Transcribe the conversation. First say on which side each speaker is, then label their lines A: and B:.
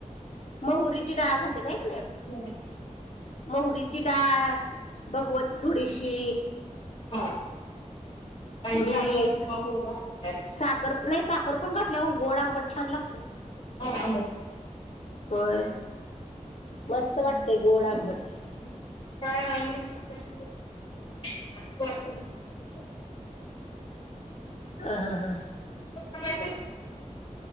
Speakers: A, on the left; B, on the left.
A: महुरीची डाळ घालतात हाय की नाही
B: होम.
A: मोहरीची डाळ, भगवती थोडीशी
B: हा, आणि
A: मीठ
B: साखर किंवा मुग घालतेत.
A: साखर नाही साखर पण घातल्याव गोड आंबट छान लागतंय.
B: <unintelligible>
A: होय. मस्त
B: <unintelligible>
A: वाटते गोड आंबट <inaudible> हा हा हा.
B: <inaudible>